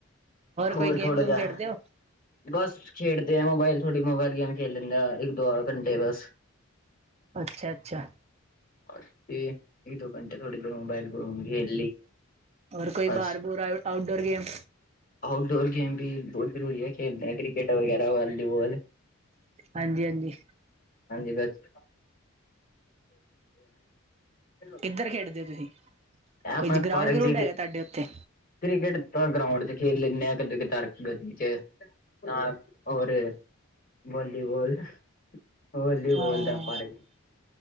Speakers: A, on the left (about 40°); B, on the right (about 30°).
A: ਹੋਰ
B: ਕੋਈ ਗੇਮ
A: ਥੋੜਾ
B: ਗੂਮ
A: ਜਹਾ
B: ਖੇਡਦੇ ਹੋ
A: ਬਸ ਖੇਡਦੇ ਆ ਮੋਬਾਇਲ ਥੋੜੀ ਮੋਬਾਇਲ ਗੇਮ ਖੇਡ ਲੈਂਨੇ ਆ ਇੱਕ ਦੋ ਘੰਟੇ ਬਸ।
B: ਅੱਛਾ- ਅੱਛਾ।
A: <unintelligible>
B: ਹੋਰ ਕੋਈ
A: ਬਸ
B: ਬਾਹਰ ਭੂਰ ਆ ਆਊਟਡੋਰ ਗੇਮ
A: ਆਊਟਡੋਰ ਗੇਮ ਵੀ ਬਹੋਤ ਜ਼ਰੂਰੀ ਏ ਖੇਡਦੇ ਕ੍ਰਿਕਟ ਵਗੈਰਾ ਵਾਲੀਬੋਲ
B: ਹਾਂਜੀ -ਹਾਂਜੀ।
A: ਹਾਂਜੀ ਬਸ <unintelligible>
B: ਕਿੱਧਰ ਖੇਡਦੇ ਹੋ ਤੁਹੀ
A: ਆਪਣੇ
B: ਕੋਈ ਗਰਾਉਂਡ
A: ਪਾਰਕ
B: ਗਰੁੱਡ
A: ਚ
B: ਹੈਗਾ ਤੁਹਾਡੇ ਉੱਥੇ।
A: ਕ੍ਰਿਕਟ ਤਾ ਗਰਾਉਂਡ ਚ ਖੇਲ ਲੈਂਦੇ ਆ ਕਦੀ ਕਦਾਰ ਗਲੀ ਚ <unintelligible> ਔਰ ਵੋਲੀਬੋਲ <unintelligible>
B: ਹਾਂ